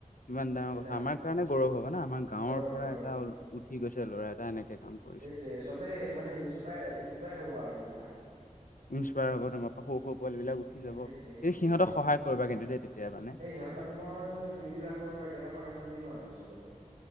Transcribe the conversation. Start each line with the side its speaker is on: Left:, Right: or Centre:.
Left: ইমান ডাঙৰ
Right: সেইবিলাক
Left: কথা আমাৰ কাৰণে গৌৰৱ হব না আমাৰ গাঁৱৰ
Right: গৌৰৱ
Left: পৰা
Right: গৌৰৱ
Left: এটা উঠি গৈছে ল'ৰা এটা এনেকে। কাম কৰিছে।
Right: এইটোৱে চবেই মানে ইনস্পায়াৰ - ইনস্পায়াৰ হব আৰু মোৰ পা।
Left: ইনস্পায়াৰ হ'ব তোমাৰ পৰা সৰু সৰু পোৱালী বিলাক উঠি যাব,
Right: সেইটোৱে সেইটোৱে
Left: সেই সিহঁতক
Right: সেইটোৱে
Left: সহায় কৰিবা কিন্তু দেই। তেতিয়া মানে
Right: সেই সিহঁতক মই দুই দুই লাখৰ ৰেকেট এখন এখন দিম আৰু চবকে।